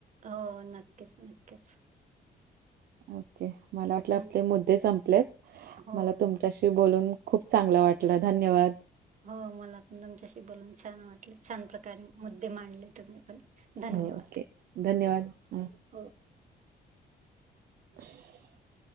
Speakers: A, on the right (about 50°); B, on the right (about 65°).
A: हो नक्कीच नक्कीच.
B: ओके मला वाटलं
A: हम्म,
B: आपले मुद्दे संपलेत
A: हो
B: मला तुमच्याशी बोलून खूप चांगलं वाटलं. धन्यवाद!
A: हो मला पण तुमच्याशी बोलून छान वाटले. छान प्रकारे मुद्दे मांडले तुम्ही पण धन्यवाद
B: हो ओके धन्यवाद ह!
A: हो.
B: <unintelligible>